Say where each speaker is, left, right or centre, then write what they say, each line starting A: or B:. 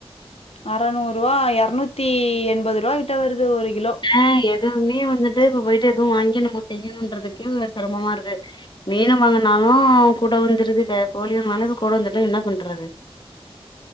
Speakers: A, on the left; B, on the left.
A: அறநூறு ரூவா இரநூத்தி எண்பது <unintelligible> வருது ஒரு கிலோ
B: ஆஹ் எ ஏ மீன் வந்துட்டு இப்ப போயிட்டு எதுவும் வாங்கி நம்ம செய்யணும்ன்றதுக்கு சிரமமா இருக்கு மீன் வாங்கினாலும் கூட வந்துடுது கோழி வாங்கினாலும் கூட வந்துட்டும் என்ன பண்றது